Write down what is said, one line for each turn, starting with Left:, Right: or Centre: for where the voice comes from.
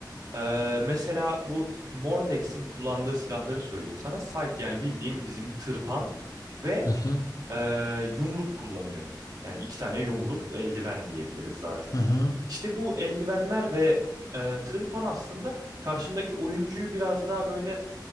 Right: e, mesela bu Mordex'in kullandığı silahları söyleyeyim sana. Sight yani bildiğim bizim tırpan ve
Left: Hı hı.
Right: ee, yumruk kullanıyor. Yani iki tane yumruk, eldiven diyebiliriz daha çok.
Left: Hı hı.
Right: İşte bu eldivenler ve e, tırpan aslında karşındaki oyuncuyu biraz daha böyle